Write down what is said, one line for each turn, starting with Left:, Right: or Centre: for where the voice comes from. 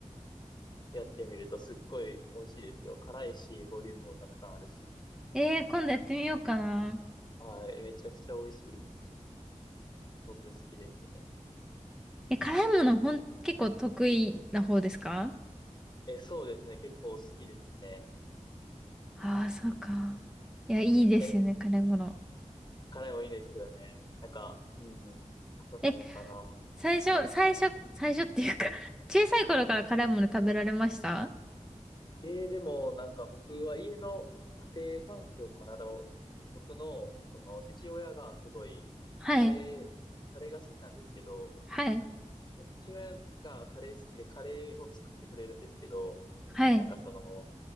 Left: やってみるとすっごい美味しいですよ。辛いし、ボリュームもたくさんあるし。
Centre: ええー、今度やってみようかな。
Left: はい、めちゃくちゃ美味しいです。僕好きですね。
Centre: え、辛いものほん、結構得意な方ですか
Left: え、そうですね。結構好きですね。
Centre: ああー、そうか。いや、いいですよね、
Left: うん。え、
Centre: 辛いもの。
Left: 辛いもいいですよね。なんか、うん。あと何かな。
Centre: え、最初、
Left: うん。
Centre: 最初、最初っていうか <laughs> 小さい頃から辛いもの食べられました
Left: ええ、でも、なんか僕は家の家庭環境かな。だろう僕の、その、父親がすごい、
Centre: はい、
Left: カレー、カレーが好きなんですけど、
Centre: はい、
Left: 父親がカレー好きでカレーを作ってくれるんですけど、
Centre: はい、
Left: なんかその、